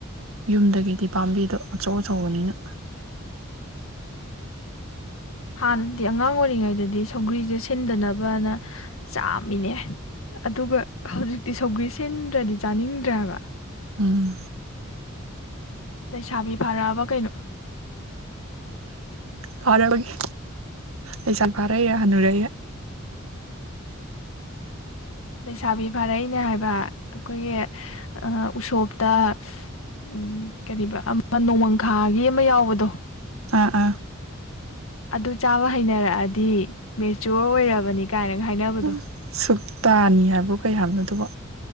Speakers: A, on the right; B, on the left.
A: ꯌꯨꯝꯗꯒꯤꯗꯤ ꯄꯥꯝꯕꯤꯗꯣ ꯑꯆꯧ ꯑꯆꯧꯕꯅꯤꯅ
B: ꯍꯥꯟꯅꯗꯤ ꯑꯉꯥꯡ ꯑꯣꯏꯔꯤꯉꯩꯗꯗꯤ ꯁꯧꯒ꯭ꯔꯤꯁꯦ ꯁꯤꯟꯗꯅꯕꯅ ꯆꯥꯃꯤꯅꯦ ꯑꯗꯨꯒ ꯍꯧꯖꯤꯛ ꯇꯤꯁꯧꯒ꯭ꯔꯤ ꯁꯤꯟꯗ꯭ꯔꯗꯤ ꯆꯥꯅꯤꯡꯗ꯭ꯔꯕ
A: ꯑꯥ
B: ꯂꯩꯁꯥꯕꯤ ꯐꯔꯛꯑꯕ ꯀꯩꯅꯣ
A: ꯐꯔꯦꯕꯒꯤ ꯑꯩꯁꯠ ꯐꯥꯔꯦꯔꯦ ꯍꯅꯔꯦ
B: ꯂꯩꯁꯥꯕꯤ ꯐꯥꯔꯛꯏꯅꯦ ꯍꯥꯏꯕ ꯑꯩꯈꯣꯏꯒꯤ ꯎꯁꯣꯞꯇ ꯎ ꯀꯔꯤꯕ ꯑꯃ ꯅꯣꯡꯃꯪꯈꯥꯒꯤ ꯑꯃ ꯌꯥꯎꯕꯗꯣ
A: ꯑꯥ ꯑꯥ
B: ꯑꯗꯨ ꯆꯥꯕ ꯍꯩꯅꯔꯛꯑꯗꯤ ꯃꯦꯆꯣꯔ ꯑꯣꯏꯔꯕꯅꯤ ꯀꯥꯏꯅꯒ ꯍꯥꯏꯅꯕꯗꯣ
A: ꯎ ꯁꯨꯛꯇꯅꯤ ꯍꯥꯏꯕ꯭ꯔꯣ ꯀꯩ ꯍꯥꯏꯅꯣ ꯑꯗꯨꯕ